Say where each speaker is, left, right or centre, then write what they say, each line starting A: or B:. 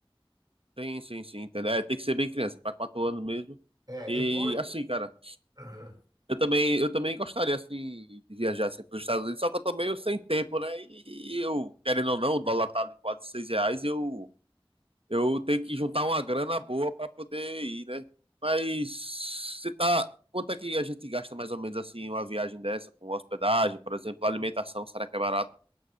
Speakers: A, on the right (about 75°); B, on the right (about 45°).
A: Sim, sim, sim, entendeu? É, Tem que ser bem criança, pra quatro anos mesmo.
B: É,
A: E
B: depois.
A: assim, cara.
B: Aham.
A: Eu também, eu também gostaria assim de viajar assim, para os Estados Unidos, só que eu tô meio sem tempo, né? E eu, querendo ou não, o dólar tá ali quase seis reais, eu, eu tenho que juntar uma grana boa para poder ir, né? Mas você tá. Quanto é que a gente gasta mais ou menos assim uma viagem dessa, com hospedagem, por exemplo, alimentação, será que é barato?